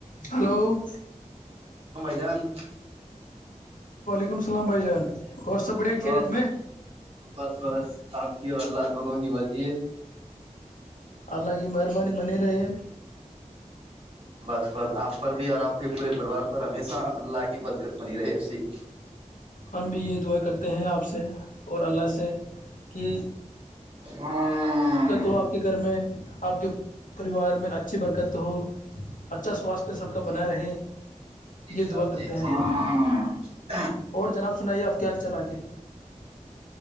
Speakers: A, on the left (about 85°); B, on the right (about 50°).
A: ج <inaudible> ہلو <unintelligible>
B: ین <unintelligible>
A: ولیکملام بائیجان <unintelligible> اور سب بڑے کھی
B: اور
A: رت میں
B: بس بس آپ اور اللہ دونوں کی مرضی ہے <unintelligible>
A: اللہ کی مہربانی بنی رہے
B: بس بس آپ پر بھی اور آپ کے پورے پریوار پر ہمیشہ اللہ کی برکت بنی رہے ایسی <unintelligible>
A: ہم بھی یہ دعا کرتے ہیں آپ سے اور اللہ سے کہ
B: ہاں <unintelligible>
A: تو آپ کے گھر میں آپ کے پریوار میں اچھی برکت ہو اچھا سواستھ سب کا بناائے
B: جی
A: رہے <unintelligible>
B: جی جناب
A: دعا
B: جی
A: کرتے ہیں
B: ج <unintelligible>
A: اللہ اور جناب سنائیے آپ کیال چل آ گے